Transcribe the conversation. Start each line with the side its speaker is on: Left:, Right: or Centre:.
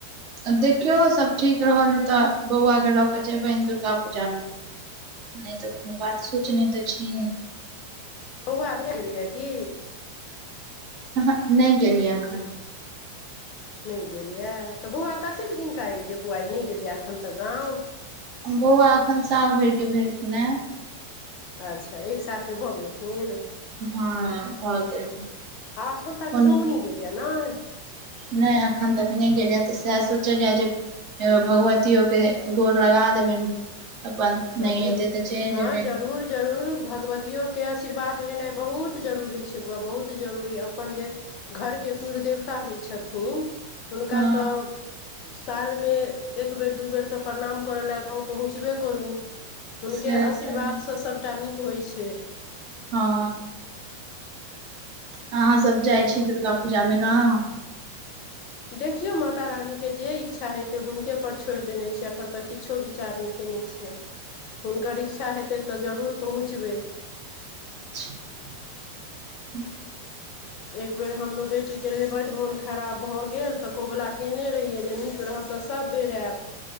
Right: आ देखियौ सभ ठीक रहल ह तऽ बौआकेँ लऽ कऽ जेयबै दुर्गा पूजामे
Left: <unintelligible>
Right: नहि तऽ कोनो बात सोच नहि तऽ छी
Left: बौउआ भे गेल यए की
Right: ह नहि गेलिये एखन
Left: नहि गेलैए तऽ बौआ कतेक दिनका य जे बौआ नहि गेल यए एखन तऽ गाम
Right: हम बौआ एखन साल भरे भेलखिन हेँ
Left: अच्छा एक सालके भऽ गेलखिन
Right: हँ भऽ
Left: आ एखन तक
Right: कोन
Left: गाँव नहि गेल यए नहि
Right: नहि एखन तऽख नहि गेल तऽ सएह सोचल जाए जे भगवतियोके गोर लगा देबनि अपन
Left: हँ
Right: नहि
Left: बिल
Right: हेतै तऽ चलि
Left: हँ
Right: जेबै
Left: जरूर जरूर भगवतियो के आशीर्वाद लेनाइ बहुत जरूरी छै बौआ बहुत जरूरी अपन जे घरके कुलदेवता होइ छथिन हुनका
Right: हँ
Left: तऽ सालमे एक बेर दू बेर तऽ प्रणाम करय लेलए गाँव पहुँचबे करू हुनके
Right: सएह
Left: आशीर्वादसँ
Right: सही
Left: सभटा नीक होइ छै
Right: हँ अहाँ सभ जाइ
Left: जायल
Right: छी दुर्ग पूजामे गाँव
Left: देखियौ माता रानीके जे इच्छा हेतै हुनके पर छोड़ि देने छ एखन तक किछो विचार नहि क केने छियनि हुनकर इच्छा हेतै तऽ जरूर पहुँचबै
Right: <unintelligible>
Left: एक बेर हमरो बेटीके रहै बड मोन खराब भऽ गेल तऽ कबुला कयने रहियै जे नीक रहब तऽ सभ बेर आयब